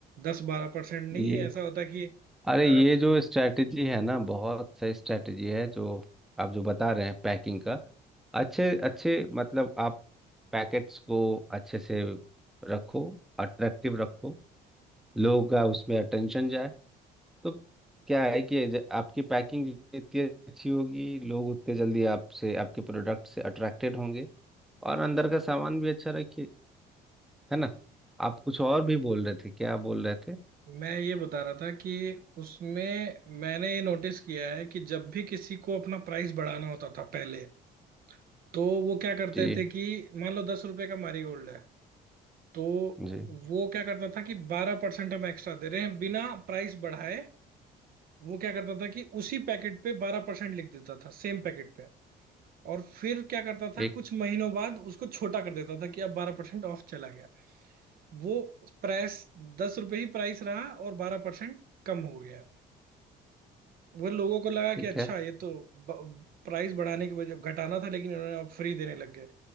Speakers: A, on the right (about 60°); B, in the centre.
A: दस बारह परसेंट नहीं
B: ये
A: ऐसा होता है कि
B: अरे
A: अ,
B: ये जो स्ट्रेटजी है ना बहुत सही स्ट्रेटजी है जो आप जो बता रहे हैं पैकिंग का अच्छे अच्छे मतलब आप पैकेट्स को अच्छे से रखो अट्रैक्टिव रखो लोगों का उसमें अटेंशन जाए तो क्या है कि ज- आपकी पैकिंग जितनी अच्छी होगी लोग उतने जल्दी आपसे आपके प्रोडक्ट से अट्रैक्टेड होंगे और अंदर का सामान भी अच्छा रखिए है ना आप कुछ और भी बोल रहे थे क्या बोल रहे थे
A: मैं ये बता रहा था कि उसमें मैंने ये नोटिस किया है कि जब भी किसी को अपना प्राइस बढ़ाना होता था पहले तो वो क्या करते
B: जी
A: थे कि मान लो दस रुपए का मैरीगोल्ड है तो
B: जी
A: वो क्या करता था कि बारह परसेंट हम एक्स्ट्रा दे रहे हैं बिना प्राइस बढ़ाए वो क्या करता था कि उसी पैकेट पे बारह परसेंट लिख देता था सेम पैकेट पे और फिर क्या करता था
B: एक
A: कुछ महीनों बाद उसको छोटा कर देता था कि अब बारह परसेंट ऑफ चला गया वो प्राइस दस रुपए ही प्राइस रहा और बारह परसेंट कम हो गया वो लोगों को लगा कि
B: ठीक
A: अच्छा
B: है
A: ये तो प्राइस बढ़ाने की वजह घटाना था लेकिन उन्होंने अब फ्री देने लग गए